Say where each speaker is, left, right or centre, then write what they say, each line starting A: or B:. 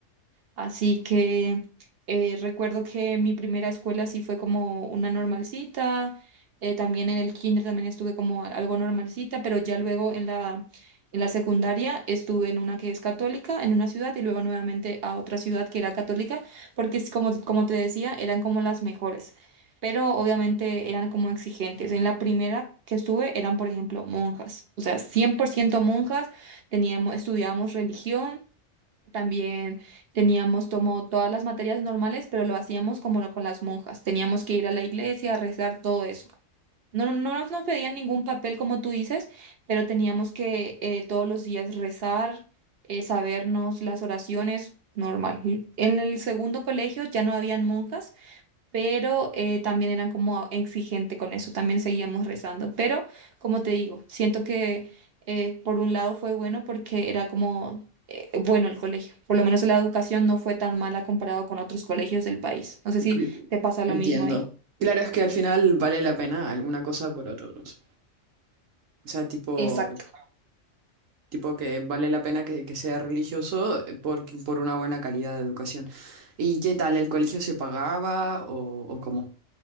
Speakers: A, on the right; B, on the right.
A: Así que eh, recuerdo que mi primera escuela sí fue como una normalcita, eh, también en el kinder también estuve como algo normalcita, pero ya luego en la, en la secundaria estuve en una que es católica, en una ciudad y luego nuevamente a otra ciudad que era católica, porque es como, como te decía, eran como las mejores, pero obviamente eran como exigentes. En la primera que estuve eran, por ejemplo, monjas, o sea, 100% monjas, teníamos, estudiábamos religión también teníamos como todas las materias normales, pero lo hacíamos como lo con las monjas. Teníamos que ir a la iglesia a rezar todo eso. No, no, no nos pedían ningún papel, como tú dices, pero teníamos que eh, todos los días rezar, eh, sabernos las oraciones, normal. En el segundo colegio ya no habían monjas pero eh, también eran como exigente con eso, también seguíamos rezando. Pero, como te digo, siento que eh, por un lado fue bueno porque era como eh, bueno el colegio, por lo menos la educación no fue tan mala comparado con otros colegios del país. No sé si
B: Cl-
A: te pasa
B: Entiendo.
A: lo mismo ahí.
B: Claro, es que al final vale la pena alguna cosa por otra. cosa. O sea, tipo,
A: Exacto.
B: tipo que vale la pena que, que sea religioso eh, por, por una buena calidad de educación. ¿Y qué tal? ¿El colegio se pagaba o, o cómo?